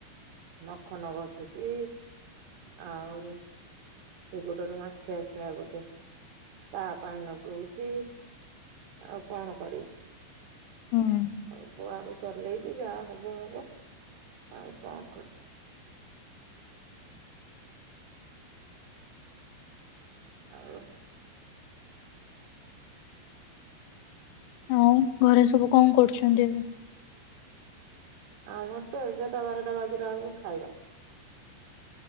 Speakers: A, on the right (about 60°); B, on the left (about 75°).
A: ମଖନ ଘସୁଛି ଆହୁରି ସେ ଗୋଡରୁ ମାଛିଆଖିଆ ଗୋଟେ ତା ପାଇଁ ନଗଉଚି। ଆଉ କଣ କରିବି?
B: ହୁଁ।
A: ସବୁ ଆଡ଼ୁ ଚଲେଇଛି ଯାହା ହେବ ହେବ ଆଉ କଣ କରି ଆଉ
B: ଆଉ ଘରେ ସବୁ କଣ କରୁଛନ୍ତି ଏବେ?
A: ଆମର ତ ଏଗାରଟା ବାରଟା ବାଜିଲା ବେଳକୁ ଖାଇବା।